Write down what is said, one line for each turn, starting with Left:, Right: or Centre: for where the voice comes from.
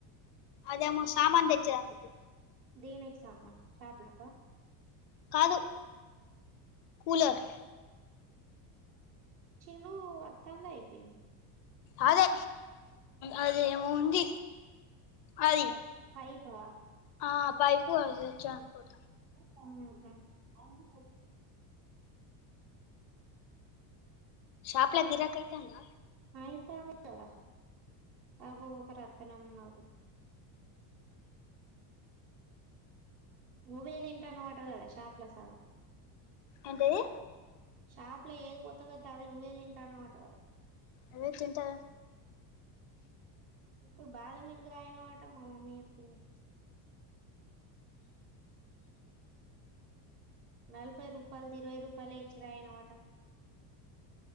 Left: అదే అమ సామాన్ తెచ్చే దానికి
Right: దేనికి సామాన్ షాప్ లకా
Left: కాదు కూలర్
Right: డూ అత్తాందయిపోయింది
Left: అదే అది ఏమో ఉంది అది
Right: పైపా
Left: ఆ పైపు అవి తెచ్చ అనుకుంట
Right: మ్మహు
Left: షాపుల
Right: మా
Left: గరాకైతందా
Right: అయితాంది గదా బబో ఊకరత్తనే ఉన్నారు నువ్వే తింటానావంట కదా షాప్ లో సగం
Left: ఏంటిది
Right: షాప్ లో ఏది కొత్తగోత్తే అది నువ్వే తింటాన్నావంటగదా
Left: అవే తింటార
Right: ఇప్పుడు బాదం మిల్క్ తాగినవంట మా మమ్మీ చెప్పింది నలభై రూపాయలుది ఇరవై రూపాయలె తాగినావట